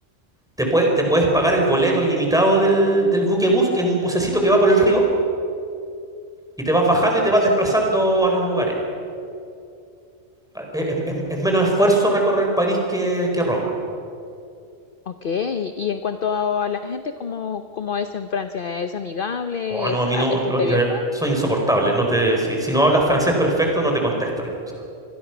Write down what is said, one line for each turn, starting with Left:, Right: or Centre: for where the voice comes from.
Centre: te, pue- te puedes pagar el boleto ilimitado del, del buquebús, que es un bucecito que va por el río, y te vas bajando y te vas desplazando a los lugares. Ah, Es, es- es menos esfuerzo recorrer París que, que Roma.
Left: Ok, y en cuanto a la gente, ¿cómo, cómo es en Francia? ¿Es amigable?
Centre: Oh, no,
Left: ¿Es,
Centre: a mí
Left: a-
Centre: no,
Left: es
Centre: no,
Left: gente
Centre: yo-
Left: abierta?
Centre: son insoportables. No te, si, si no hablas francés perfecto, no te contestan. O sea,